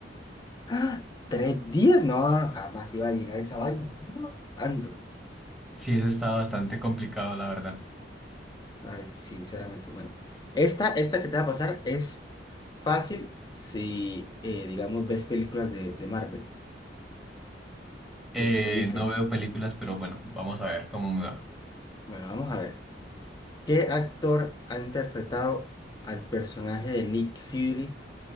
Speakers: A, on the left; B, in the centre.
A: ¡Ah! ¿Tres días? No, no, jamás iba a adivinar esa vaina. No, ando.
B: Sí, eso está bastante complicado, la verdad.
A: Ay, sinceramente, bueno. Esta, esta que te va a pasar es fácil si, eh, digamos, ves películas de, de Marvel.
B: Eh,
A: Listo, dice.
B: no veo películas, pero bueno, vamos a ver cómo me va.
A: Bueno, vamos a ver. ¿Qué actor ha interpretado al personaje de Nick Fury